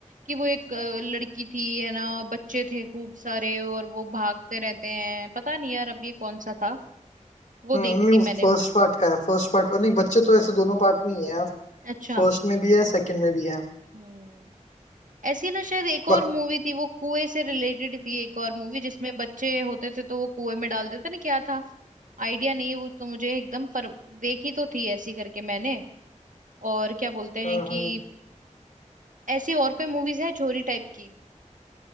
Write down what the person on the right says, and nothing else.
कि वो एक अ, लड़की थी है ना बच्चे थे खूब सारे और वो भागते रहते हैं पता नहीं यार अब ये कौन सा था वो
देखी थी
मैंने
अच्छा
हम्म ऐसी ना शायद एक
और मूवी थी वो कुएं से रिलेटेड थी एक और मूवी जिसमें बच्चे होते थे तो वो कुएं में डालते थे ना क्या था आइडिया नहीं है वो तो मुझे एकदम पर देखी तो थी ऐसी करके मैंने और क्या बोलते
हैं कि ऐसी और कोई मूवीज है चोरी टाइप की